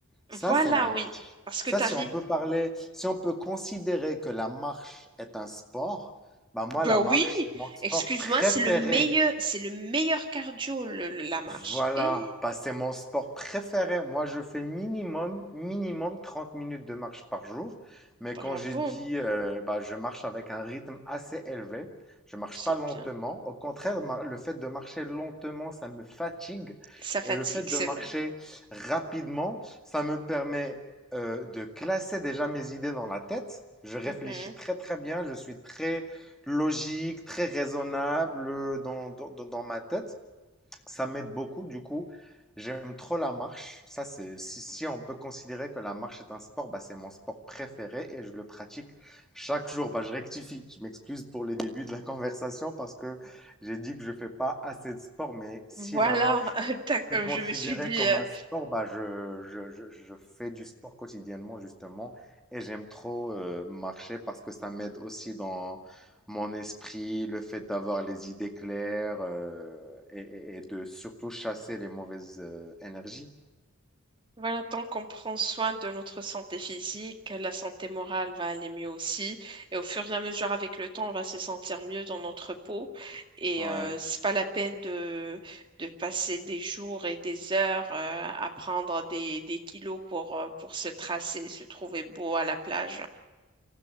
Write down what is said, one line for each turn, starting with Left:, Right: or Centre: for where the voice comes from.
Centre: Ça,
Right: voilà,
Centre: c'est la
Right: oui. Parce
Centre: Ça,
Right: que tu
Centre: si on peut parler, si on peut considérer que la marche est un sport, bah moi,
Right: Ben
Centre: la
Right: oui,
Centre: marche, c'est mon sport
Right: excuse-moi,
Centre: préféré.
Right: c'est le meilleur, c'est le meilleur cardio, le- le- la marche.
Centre: Voilà,
Right: Eh,
Centre: bah, c'est mon sport préféré. Moi, je fais minimum, minimum 30 minutes de marche par jour. Mais
Right: bravo,
Centre: quand j'ai dit, euh, bah, je marche avec un rythme assez élevé, je marche
Right: c'est
Centre: pas lentement.
Right: bien.
Centre: Au contraire, ma- le fait de marcher lentement, ça me fatigue.
Right: Ça fatigue,
Centre: Et le fait de
Right: c'est
Centre: marcher
Right: vrai.
Centre: rapidement, ça me permet euh, de classer déjà mes idées dans la tête. Je réfléchis
Right: Mhm.
Centre: très très bien, je suis très logique, très raisonnable euh, dans, dans dans- dans ma tête. Ça m'aide beaucoup. Du coup, j'aime trop la marche. Ça, c'est, si, si on peut considérer que la marche est un sport, bah, c'est mon sport préféré et je le pratique chaque jour. Bah, je rectifie. Je m'excuse pour les débuts de la <laughs> conversation parce que j'ai dit que je ne fais pas assez de sport, mais si
Right: Voilà,
Centre: la marche
Right: <laughs> t'as-
Centre: et
Right: euh,
Centre: considéré
Right: je me suis dit,
Centre: comme
Right: euh,
Centre: un sport, bah, je, je, je- je fais du sport quotidiennement justement et j'aime trop euh, marcher parce que ça m'aide aussi dans mon esprit, le fait d'avoir les idées claires euh, et, et- et de surtout chasser les mauvaises euh, énergies.
Right: Voilà, tant qu'on prend soin de notre santé physique, la santé morale va aller mieux aussi. Et au fur et à mesure, avec le temps, on va se sentir mieux dans notre peau. Et
Centre: Ouais,
Right: euh, c'est pas la peine de, de passer des jours et des heures euh, à prendre des, des kilos pour, euh, pour se tracer, se trouver beau à la plage.